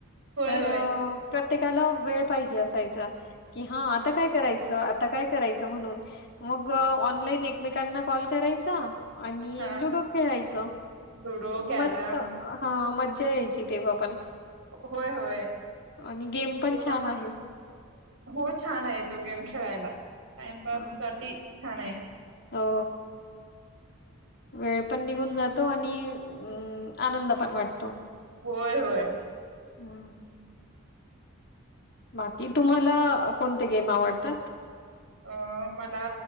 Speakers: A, on the right; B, on the left.
A: होय
B: तर
A: होय
B: प्रत्येकाला वेळ पाहिजे असाय की हा आता काय करायचं आता काय करायचं म्हणून मग ऑनलाईन एकमेकांना कॉल करायचा आणि
A: हा
B: लुडो खेळायचं
A: लुडो कॅरम
B: मस्त हा मज्जा यायची तेव्हा पण.
A: होय होय त्यांच्यामुळे
B: आणि गेम पण छान आहे.
A: हो छान आहे तो गेम खेळायला टाइमपास
B: अं,
A: साठी छान आहे
B: हो वेळ पण निघून जातो आणि अम आनंद पण वाटतो
A: होय होय
B: हम् बाकी तुम्हाला कोणते गेम आवडतात
A: अं मला